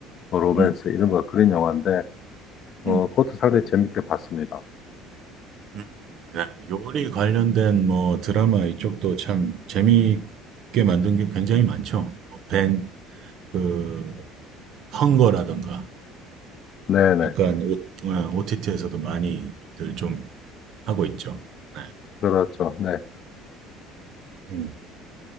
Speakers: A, on the left; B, on the right.
A: 뭐 로맨스
B: 음,
A: 이런 거 그런 영화인데 어
B: 음,
A: 그것도 상당히 재밌게 봤습니다.
B: 음, 네. 요리 관련된 뭐 드라마 이쪽도 참 재미있게 만든 게 굉장히 많죠. 벤, 그 헝거라던가
A: 네네
B: 약간 OTT에서도 많이들 좀 하고 있죠. 네.
A: 그렇죠. 네.
B: 음.